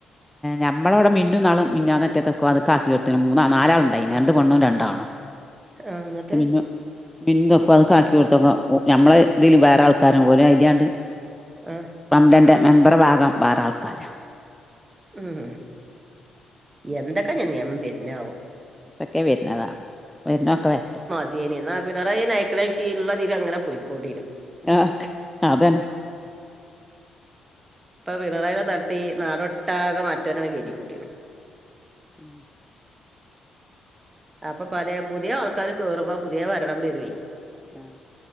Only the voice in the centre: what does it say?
നമ്മളെ ഇവിടെ മിന്നും ഇനാള് മിഞ്ഞാനറ്റെ തക്കുവാത് ആക്കി കൊടുത്തിന് മൂന്നാ നാലാള ണ്ടായി നി രണ്ട് പെണ്ണും രണ്ട് ആണും
മിന്നു മിന്നു തെക്ക് വാത് ആക്കി കൊടുത്തപ്പം ഞമ്മളെ ഇതില് വേറെ ആൾക്കാരും ഒലെ അയിലെ വേറെ ആൾക്കാരും
റംലന്റെ മെമ്പർ ഭാഗം വേറെ ആൾക്കാരാ
എതൊക്കെ വരുന്നതാകും വരുന്നൊക്കെ വരട്ടെ
ആഹ് അതെന്നെ
ഉം
ആഹ്